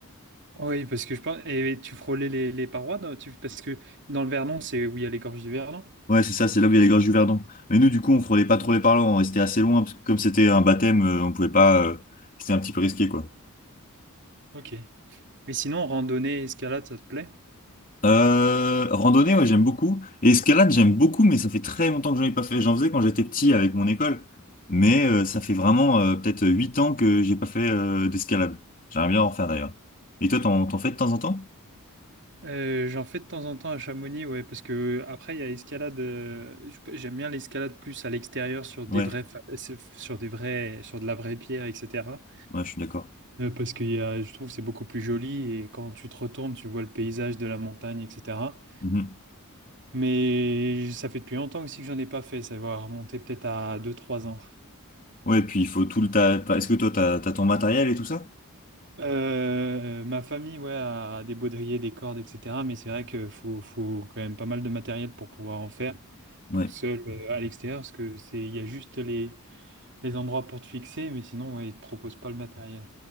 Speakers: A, on the right; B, on the left.
A: Oui, parce que je pense, et tu frôlais les, les parois, non Tu- parce que dans le Vernon, c'est où il y a les gorges du Vernon?
B: Ouais, c'est ça, c'est là où il y a les gorges du Verdon. Mais nous, du coup, on frôlait pas trop les parlants, on restait assez loin, parce que comme c'était un baptême, euh, on pouvait pas, euh, c'était un petit peu risqué, quoi.
A: Ok. Et sinon, randonnée, escalade, ça te plaît?
B: Euh, randonnée, ouais, j'aime beaucoup. Et escalade, j'aime beaucoup, mais ça fait très longtemps que j'en ai pas fait. J'en faisais quand j'étais petit avec mon école. Mais euh, ça fait vraiment euh, peut-être 8 ans que j'ai pas fait euh, d'escalade. J'aimerais bien en refaire d'ailleurs. Et toi, t'en, t'en fais de temps en temps?
A: Euh, j'en fais de temps en temps à Chamonix, ouais, parce que après, il y a escalade. euh, je- j'aime bien l'escalade plus à l'extérieur sur des
B: Ouais,
A: vrais, fa- c'est- sur des vrais, sur de la vraie pierre, etc.
B: ouais, je suis d'accord.
A: Euh, parce que je trouve que c'est beaucoup plus joli et quand tu te retournes, tu vois le paysage de la montagne, etc.
B: Mhm.
A: Mais ça fait depuis longtemps aussi que j'en ai pas fait. Ça va remonter peut-être à deux, trois ans.
B: Ouais, puis il faut tout le... ta- enfin, Est-ce que toi, t'as, t'as ton matériel et tout ça?
A: Euh, ma famille, ouais, a des baudriers, des cordes, etc. Mais c'est vrai qu'il faut, faut quand même pas mal de matériel pour pouvoir en faire
B: Ouais.
A: tout seul euh, à l'extérieur, parce que c'est, il y a juste les, les endroits pour te fixer, mais sinon, ouais, ils te proposent pas le matériel.